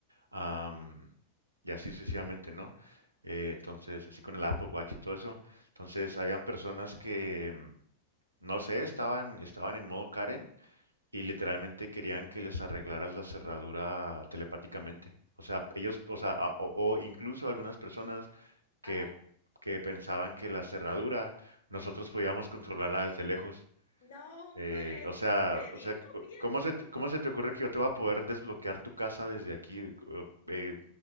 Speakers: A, on the right (about 80°); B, on the left (about 65°).
A: am, y así sucesivamente, ¿no? Eh,
B: sí,
A: entonces, así con el Apple Watch y todo eso. Entonces, habían personas que, mm, no sé, estaban, estaban en modo Karen y literalmente querían que les arreglaras la cerradura telepáticamente. O sea, ellos, o sea, a- o, o incluso algunas personas
B: ajá.
A: que, que pensaban que la cerradura nosotros podíamos controlarla desde lejos.
B: No, hombre,
A: Eh, o
B: te
A: sea,
B: te digo
A: o sea,
B: bien.
A: ¿cómo se, te- cómo se te ocurre que yo te voy a poder desbloquear tu casa desde aquí? Co- eh,